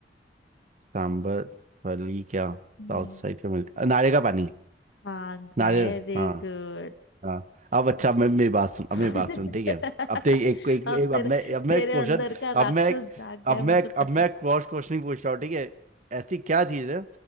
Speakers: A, on the right; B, on the left.
A: सांबर फली क्या
B: नहीं
A: साउथ साइड का मिलता नारियल का पानी
B: हाँ वेरी
A: नारियल हाँ
B: गुड
A: हाँ अब अच्छा अब मैं मेरी बात सुन
B: <laughs>
A: अब मेरी बात सुन ठीक है अब तो एक एक, एक,
B: अब
A: एक
B: तेरे
A: अब मैं अब मैं
B: तेरे
A: क्वेश्चन
B: अंदर का
A: अब
B: राक्षस
A: मैं
B: जाग गया
A: अब
B: है, मुझे
A: मैं
B: पता
A: अब मैं
B: है
A: क्रॉस क्वेश्चनिंग पूछ रहा हूँ ठीक है ऐसी क्या चीज़ है